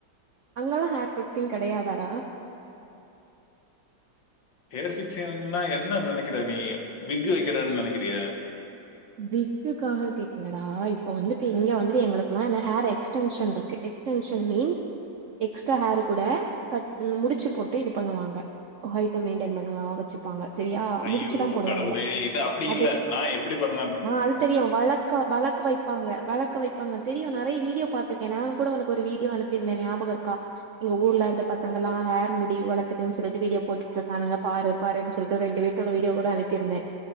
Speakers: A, on the right; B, on the left.
A: அங்கெல்லா ஹேர் பிக்சிங் கெடயாதாடா
B: ஹேர் பிக்ஸ்ண்னா என்ன நெனக்குற நீ விக்கு வெக்குறதுன்னு நெனக்குறியா
A: விக்குக்காக கேக்கலடா இப்போ வந்துட்டு இங்க வந்துட்டு எங்களுக்கெலா ஹேர் எக்ஸ்டென்ஷன் இருக்கு எக்ஸ்டென்ஷன் மீன்ஸ் எக்ஸ்ட்ரா ஹேர் கூட கட் முடிச்சு போட்டு இது பண்ணுவாங்க ஹைட்ட மெயின்டென் பண்ணுவ வச்சுப்பாங்க சரியா
B: ஐயோ
A: முடிச்சுதா போடுவாங்க
B: கடவுளே இத அப்டி
A: அது
B: இல்ல நா எப்டி பண்ணா
A: ஆ அது தெரியு வளக்க வளக்க வைப்பாங்க வளக்க வைப்பாங்க தெரியு நெறய வீடியோ பத்துருக்கே நா கூட ஒனக்கு ஒரு வீடியோ அனுப்பி இருந்தே ஞாபாக இருக்கா எங்க ஊர்ல அந்த பசங்கல்லா ஹேர் முடி வளத்துட்டுனு சொல்லிட்டு வீடியோ போட்டுகிட்டு இருக்கானுங்க பாரு பாருன்னு சொல்லிட்டு ரெண்டு பேத்தோட வீடியோ கூட அனுப்பி இருந்தே